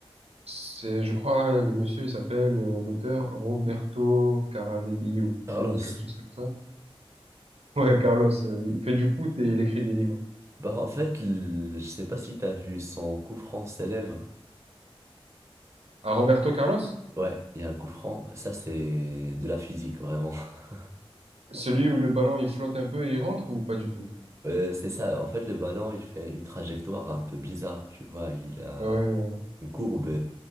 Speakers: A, on the right (about 80°); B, on the right (about 30°).
A: C'est, je crois, le monsieur, il s'appelle euh, l'auteur Roberto Caravelli ou,
B: Carlos,
A: ou quelque chose comme ça. <laughs> Ouais, Carlos, euh, il fait du foot et il écrit des livres.
B: bah en fait, l- je sais pas si t'as vu son coup franc célèbre.
A: Ah, Roberto Carlos?
B: Ouais, il y a un coup franc, ça c'est de la physique vraiment. <laughs>
A: Celui où le ballon il flotte un peu et il rentre ou pas du tout?
B: Euh, c'est ça, en fait le ballon il fait une trajectoire un peu bizarre, tu vois, il a...
A: Ouais, ouais.
B: Une courbe